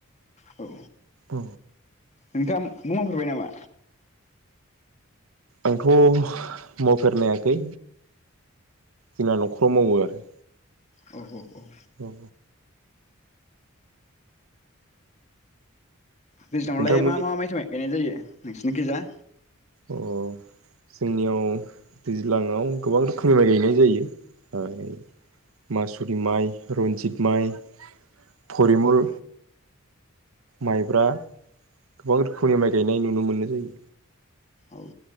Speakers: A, on the left (about 35°); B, on the right (about 75°).
A: औ
B: अ
A: नोंथाङा मावफेरबाय नामा
B: आंथ' मावफेरनायाखै जोंना न'खराव मावो आरो
A: औ औ औ
B: औ
A: दैज्लांआवलाय
B: नोंथांमोननि
A: मा मा माइथो गायनाय जायो नोंसिनिखै जा
B: अ जोंनियाव दैज्लाङआव गोबां रोखोमनि माइ गायनाय जायो मासुलि माइ रन्जित माइ फरिमल माइब्रा गोबां रोखोमनि माइ गायनाय नुनो मोननाय जायो
A: औ